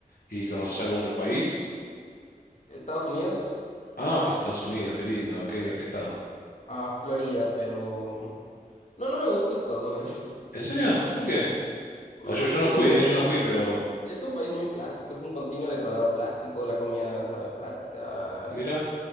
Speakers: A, on the left; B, on the left.
A: ¿Y conoces algún otro país?
B: Estados Unidos,
A: Ah, fuiste a Estados Unidos, qué lindo. ¿A qué,
B: sí.
A: a qué estado?
B: A Florida, pero... No, no me gusta Estados Unidos. <laughs>
A: ¿En serio? ¿Por qué?
B: Me
A: O yo,
B: parece
A: yo no
B: un
A: fui,
B: país muy,
A: ¿eh? Yo no fui, pero...
B: es un país muy plástico, es un continuo decorado plástico, la comida sabe plástica,
A: Mira,